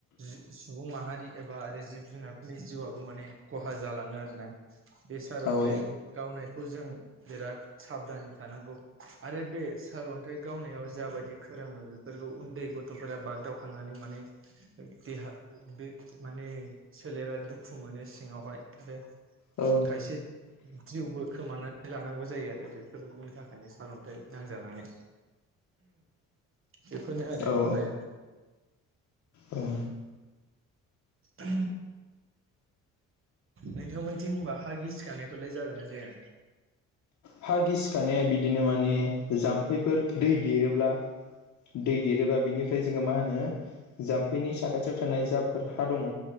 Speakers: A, on the right; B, on the left.
A: जि सुबुं माहारि एबा आरो जिब जुनारफोरनि जिउआबो माने खहा जालाङो आरोना। बे सार
B: औ
A: अन्थाइ गावनाय खौ जों बिराद साबधानै थानांगौ आरो बे सार अन्थाइ गावनायाव जाबायदि खोरोमो बेफोरखौ उन्दै गथ' गथ'फोरा बागदावखांनानै माने देहा बे माने सोलेरा दुखु मोनो सिङावहाय आरो
B: औ
A: खायसे जिउबो खोमानानै लानांगौ जायो आरो बेफोरनि थाखायनो सालन्थाइ नांजानानै बेफोरनो आरो
B: औ
A: खहाया।
B: औ
A: <unintelligible> नोंथांमोनथिं होनबा हा गिसिखानायफोरलाय जागोन ना जाया?
B: हा गिसिखानाया बिदिनो माने जाम्फैफोर दै देरोब्ला दै देरोबा बिनिफ्राय जोङो मा होनो जाम्फैनि साखाथियाव थानाय जाफोर हा दङ